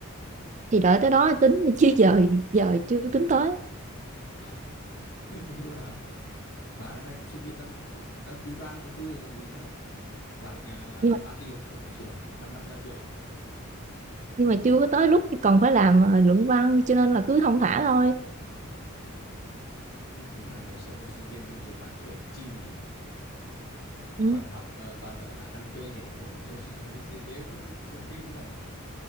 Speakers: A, on the right; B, on the left.
A: thì đợi tới đó tính chứ giờ giờ chưa tính tới
B: Hả? Tuyệt tình luôn hả? Bà năm nay cũng sinh viên năm năm thứ ba, năm thứ tư rồi còn gì nữa? à? Bà định à,
A: nhưng mà
B: phá kỷ lục của nhà trường à? năm năm ra trường à?
A: nhưng mà chưa có tới lúc còn phải làm ờ, luận văn cho nên là cứ thong thả thôi
B: Ờ. Thế đúng là đời sống của sinh viên bên trường bạn có vẻ là chill nhỉ?
A: ừ.
B: Toàn học, ờ, toàn gọi là ăn chơi nhảy múa, chơi, <laughs> chơi game, xem phim thế này.